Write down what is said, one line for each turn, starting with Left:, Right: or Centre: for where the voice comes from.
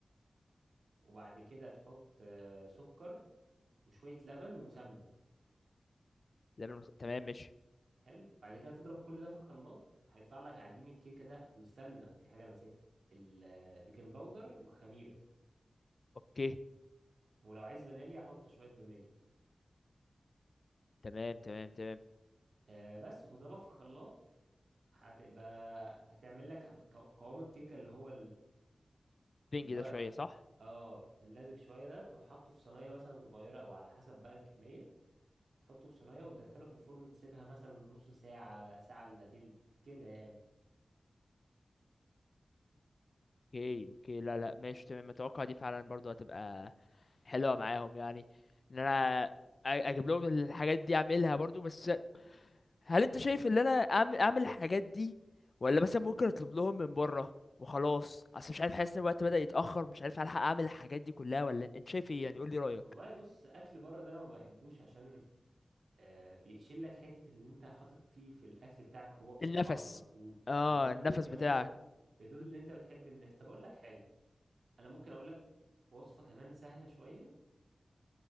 Right: وبعد كده تحط آه، سكر وشويه لبن وسمنه
Left: ده لون- تمام ماشي
Right: حلو بعد كده تضرب كل ده في الخلاط هيطلع لك عجين الكيكه ده واستنى في حاجه نسيتها البيكنج باودر والخميره
Left: اوكي
Right: ولو عايز فانيليا حط شويه فانيليا
Left: تمام تمام تمام
Right: آه، بس وتضربها في الخلاط هتبقى هتعمل لك ك- قوام الكيكه اللي هو
Left: بينج
Right: اللي
Left: ده
Right: هو
Left: شويه صح
Right: اه اللزج شويه ده تروح حاطه في صينيه مثلا صغيره او على حسب بقى الكميه هتحطه في صينيه وتدخله في الفرن تسيبها مثلا نص ساعه ساعه الا تلت كده يعني
Left: اوكي اوكي لا لا ماشي تمام اتوقع دي فعلا برضو هتبقى حلوه معاهم يعني ان انا أ- اجيب لهم الحاجات دي اعملها برضو بس هل انت شايف ان انا اعمل اعمل الحاجات دي ولا مثلا ممكن اطلب لهم من بره وخلاص اصل مش عارف حاسس ان الوقت بدأ يتأخر مش عارف هلحق اعمل الحاجات دي كلها ولا انت شايف ايه يعني قول لي رأيك
Right: والله بص اكل بره ده انا ما بحبوش عشان آه بيشيل لك حته اللي انت حاطط فيه في الاكل بتاعك روح
Left: النفس
Right: وطعم ومجهود
Left: اه
Right: والمجهود
Left: النفس
Right: كمان
Left: بتاعك
Right: بيدل
Left: م-
Right: ان انت بتحب الناس طب اقول لك حاجه انا ممكن اقول لك وصفه كمان سهله شويه